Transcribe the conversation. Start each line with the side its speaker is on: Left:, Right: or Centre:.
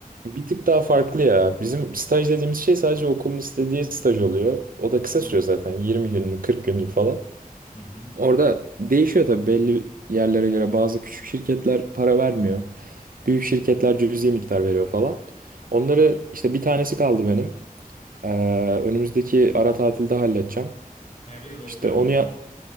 Right: Bir tık daha farklı ya. Bizim staj dediğimiz şey sadece okulun istediği staj oluyor. O da
Left: Hı
Right: kısa
Left: hı,
Right: sürüyor zaten. 20 günlük, 40 günlük falan.
Left: hı hı.
Right: Orada değişiyor tabii belli yerlere göre. Bazı küçük şirketler para vermiyor. Büyük şirketler cüzi miktar veriyor falan. Onları işte bir tanesi kaldı benim. Ee, önümüzdeki ara tatilde halledeceğim.
Left: Her yıl yapıyorsunuz
Right: İşte onu ya-
Left: mu?